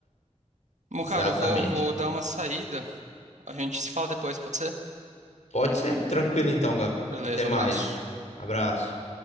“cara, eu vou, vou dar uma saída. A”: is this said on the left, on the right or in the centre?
Right